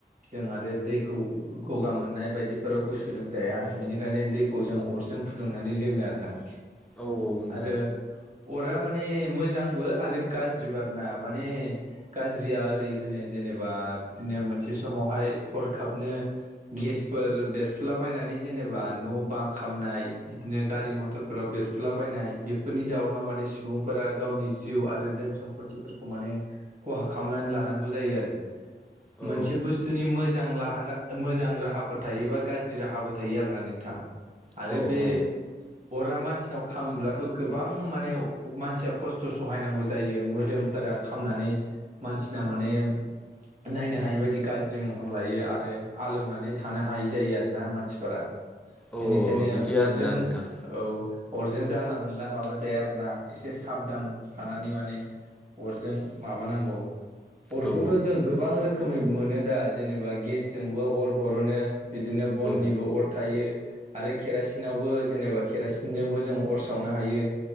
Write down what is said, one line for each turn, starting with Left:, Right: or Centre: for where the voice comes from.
Right: जों आरो दैखौ गगा मोननाय बायदिफोराव गुसु लोंजाया बिनिखायनो दैखौ जों अरजों फुदुंनानै लोङो आरोना।
Centre: औ नोंथां
Right: आरो अरा माने मोजांबो आरो गाज्रिबो आरोना माने गाज्रिया ओरै होनो जेनेबा बिदिनो मोनसे समावहाय हरखाबनो गेसफोर बेरफुलाबायनानै जेनेबा न बां खामनाय बिदिनो गारि मथर फोराव बेरफुलाबायायनाय बेफोरनि जाउनाव माने सुबुंफोरा गावनि जिउ आरो धोन सम्फतिफोरखौ माने खहा खालामनानै लानांगौ जायो आरो
Centre: औ।
Right: मोनसे बुस्थुनि मोजां लाहार मोजां राहाफोर थायोबा गाज्रि राहाबो थायो आरोना नोंथां
Centre: अ
Right: आरो बे
Centre: अ
Right: अरा मानसिनाव खामोब्लाथ' गोबां मानसिया खस्थ' सहायनांगौ जायो मोदोमफोरा खामनानै मानसिना माने नायनो हायि बायदि गाज्रि महर लायो आरो आलौनानै थानो हायै जायो आरोना मानसिफोरा।
Centre: औ
Right: बेनिखायनो
Centre: बिदि
Right: अरजों
Centre: आरोना नोंथां
Right: औ अरजों जानला मोनला माबा जाया आरो ना एसे साबधान थानानै माने अरजों माबानांगौ। अरखौथ'
Centre: औ औ।
Right: जों गोबां रोखोमै मोनो दा जेनेबा गेसजोंबो अर बरनो। बिदिनो बननिबो
Centre: औ
Right: अर थायो आरो खेरासिनावबो जेनेबा खेरासिनजोंबो जों अर सावनो हायो